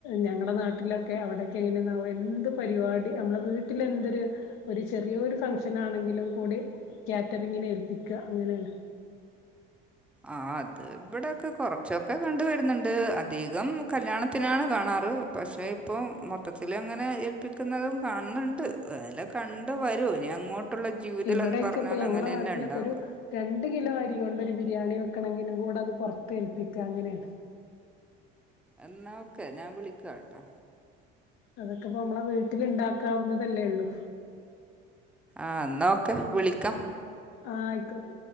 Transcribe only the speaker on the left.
ഞങ്ങടെ നാട്ടിലൊക്കെ അവിടെക്കെ എങ്ങനെയന്നവൊ എന്ത് പരിപാടി നമ്മളെ വീട്ടിലെന്തൊരു ഒരു ചെറിയോരു ഫംഗ്ഷനാണെങ്കിലും കൂടി കാറ്ററിങ്ങിനെ ഏൽപ്പിക്ക അങ്ങനാണ്.
ഇവിടെക്കെപ്പോ
ഞങ്ങളെ
നാട്ടിലൊക്കെരു
രണ്ട് കിലോ അരി കൊണ്ടൊരു ബിരിയാണി വെക്കണങ്കിലും കൂടത് പൊറത്തേൽപ്പിക്ക അങ്ങനെണ്.
അതെക്കെപ്പോ മ്മളെ വീട്ടില്ണ്ടാക്കാവുന്നതല്ലേ ഉള്ളൂ?
ആഹ് ആയിക്കോട്ടെ